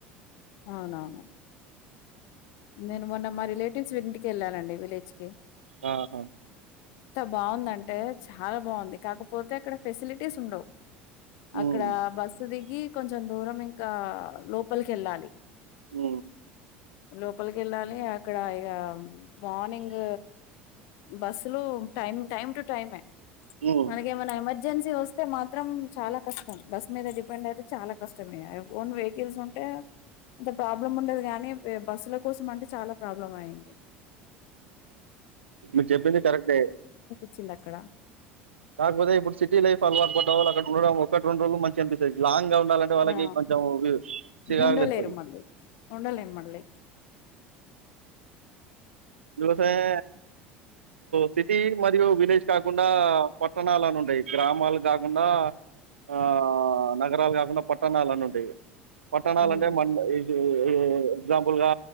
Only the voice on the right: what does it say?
ఆహా
హ్మ్.
అ
హ్మ్.
మీరు చెప్పింది కరెక్టే
కాకపోతే ఇప్పుడు సిటీ లైఫ్ అలవాటుపడ్డవాళ్ళు అక్కడ ఉడం ఒకటి రెండు రోజులు మంచి అపిస్తుంది లాంగ్ ఉండాలంటే వాళ్ళకి
కొంచెం చిరాకు
తెస్తుంది
ందుకోసమే సిటీ మరియు విలేజ్ కాకుండా పట్టణాలుని ఉండాయి గ్రామాలు కాకుండా ఆ నగరాలు కాకుండా పట్టణాలుని ఉండాయి పట్టణాలు
అంటే మ ఇ యే-ఎగ్జాంపుల్ గా